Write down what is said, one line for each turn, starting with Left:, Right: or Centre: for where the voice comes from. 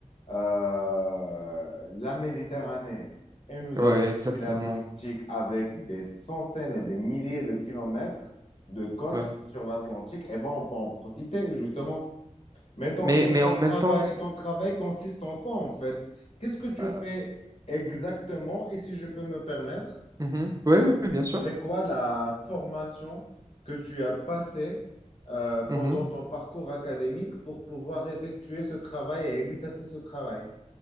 Left: euh, la Méditerranée et nous
Right: ouais,
Left: avons aussi
Right: exactement.
Left: l'Atlantique avec des centaines et des milliers de kilomètres de côtes
Right: Ouais.
Left: sur l'Atlantique, eh ben, on peut en profiter, justement. Mais ton,
Right: Mais,
Left: ton-
Right: mais
Left: ton
Right: en
Left: travail,
Right: même temps,
Left: ton travail consiste en quoi, en fait? Qu'est-ce que tu
Right: euh,
Left: fais exactement? Et si je peux me permettre,
Right: mhm, ouais, ouais, ouais, bien sûr.
Left: c'est quoi la formation que tu as passée euh, pendant
Right: Mhm.
Left: ton parcours académique pour pouvoir effectuer ce travail et exercer ce travail?